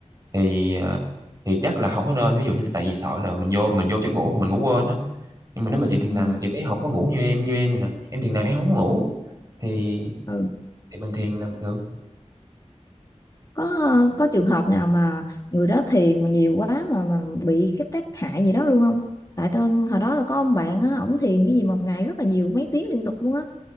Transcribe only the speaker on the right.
thì ờ, thì chắc là không có nên ví dụ như là tại vì sợ là mình vô mình vô giấc ngủ của mình ngủ quên á nhưng mà nếu mà chị thiền
nằm mà chị thấy không có ngủ như em như em vậy nè em thiền nằm em không có ngủ thì
thì bình thiền nằm được